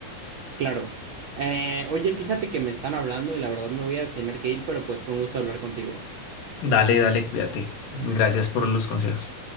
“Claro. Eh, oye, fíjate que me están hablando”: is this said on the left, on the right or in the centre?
Right